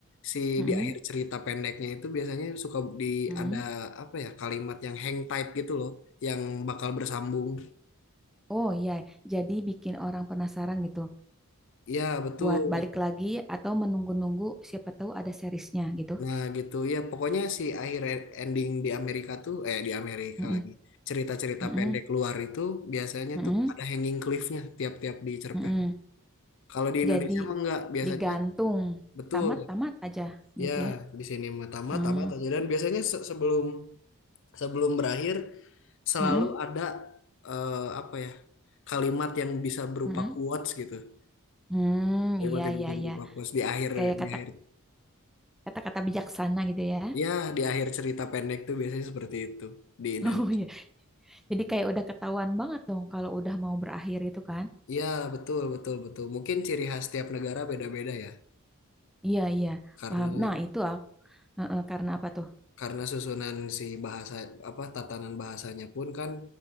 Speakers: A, on the left; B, in the centre.
A: si
B: Mm-mm,
A: di akhir cerita pendeknya itu biasanya suka di
B: mm-mm.
A: ada apa ya kalimat yang hang tight gitu loh, yang bakal bersambung.
B: Oh iya, jadi bikin orang penasaran gitu
A: Iya, betul.
B: buat balik lagi atau menunggu-nunggu siapa tahu ada seriesnya gitu.
A: Nah gitu ya pokoknya si akhir ending di Amerika tuh eh di Amerika
B: Mm-mm,
A: lagi cerita-cerita
B: mm-mm,
A: pendek luar itu biasanya
B: mm-mm,
A: tuh ada hanging cliffnya tiap-tiap di cerpen.
B: mm-mm.
A: Kalau di Indonesia
B: Jadi
A: mah enggak biasanya
B: digantung
A: betul
B: tamat-tamat aja gitu
A: ya
B: ya.
A: di sini mah tamat
B: Mm,
A: tamat aja dan biasanya se- sebelum sebelum berakhir selalu
B: mm-mm,
A: ada eh, apa ya kalimat yang bisa berupa
B: mm-mm.
A: quotes gitu
B: Hmm,
A: kalimat
B: iya
A: yang
B: iya
A: bisa berupa
B: iya.
A: quotes di akhir
B: Kayak kata
A: di akhir
B: kata-kata bijaksana gitu ya. <laughs>
A: ya di akhir cerita pendek tuh biasanya seperti itu di Indonesia.
B: Oh iya. Jadi kayak udah ketahuan banget dong kalau udah mau berakhir itu kan.
A: Iya, betul, betul, betul. Mungkin ciri khas tiap negara beda-beda ya.
B: Iya, iya,
A: Karena
B: paham. Nah, itu aku. Heeh, karena apa tuh?
A: karena susunan si bahasa apa tatanan bahasanya pun kan